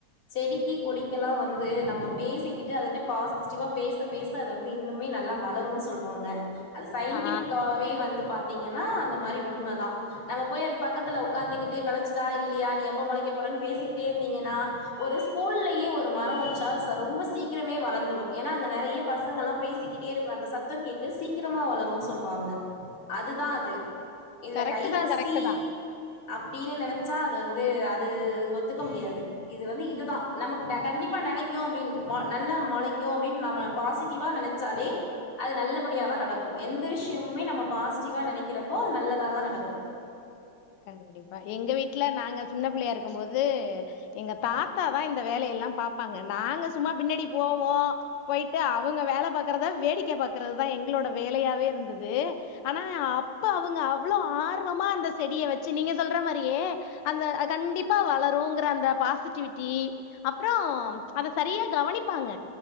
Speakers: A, on the left (about 80°); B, on the left (about 65°).
A: செடிக்கு கொடிக்கெல்லா வந்து நம்ம பேசிக்கிட்டு அதுட்ட பாசிட்டிவா பேச பேச அது வந்து இன்னுமே நல்லா வளருன் சொல்லுவாங்க அது சயின்டிஃபிக்காவே
B: ஆ
A: வந்து பாத் தீங்கன்னா அந்த மாரி உண்ம தா நம்ம போய் அது பக்கத்துல உக்காந்துக்கிட்டு மொள ஸ்டா இல்லியா நீ எப்ப மொளைக்க போறன் பேசிக்கிட்டே இருந்தீங்கன்னா ஒரு ஸ்கூல்லயே ஒரு மரோ வச்சா ச ரொம்ப சீக்கிரமே வளந்துரு ஏன்னா அங்க நறைய பசங்கலா பேசிக்கிட்டே இருக்ற அந்த சத்தங் கேட்டு சீக்கிரமா வளருன் சொல்லுவாங்க
B: <inaudible>
A: அதுதா அது இதுல
B: கரெக்ட்
A: கைராசி
B: தா கரெக்ட் தா
A: அப்டின்னு நனச்சா அது வந்து அது ஒத்துக்க முடியாது இது வந்து இதுதா நமக் கண்டிப்பா நனைக்கும் அப்டின் ம நல்லா மொளைக்கூ அப்டின்னு நம்ம பாசிட்டிவா நனச்சாலே அது நல்லபடியாதா நடக்கூ எந்த விஷியமுமே நம்ம பாசிட்டிவா நெனைக்கிறப்போ அது நல்லதாதா நடக்கூ
B: கண்டிப்பா எங்க வீட்டுல நாங்க சின்ன பிள்ளையா இருக்கம் போது எங்க தாத்தாதா இந்த வேலையெல்லா பாப்பாங்க நாங்க சும்மா பின்னாடி போவோ போய்ட்டு அவங்க வேல பாக்கறத வேடிக்க பாக் குறது தா எங்களோட வேலையாவே இருந்துது ஆனா அப்ப அவங்க அவ்ளோ ஆர்வமா அந்த செடிய வச்சு நீங்க சொல்ற மாரியே அந்த அ கண்டிப்பா வளருங்ற அந்த பாசிட்டிவிட்டி அப்றோ அத சரியா கவனிப்பாங்க